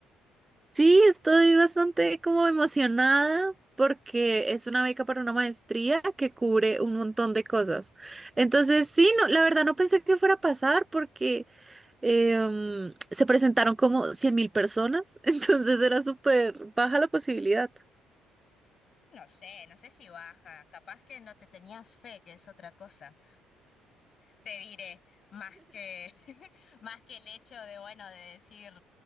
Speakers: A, on the right; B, on the left.
A: Sí, estoy bastante como emocionada porque es una beca para una maestría que cubre un montón de cosas. Entonces, sí, no, la verdad no pensé que fuera a pasar porque... em, se presentaron como 100.000 personas, <laughs> entonces era súper baja la posibilidad.
B: No sé, no sé si baja, capaz que no te tenías fe, que es otra cosa. te diré, más que, <laughs> más que el hecho de, bueno, de decir.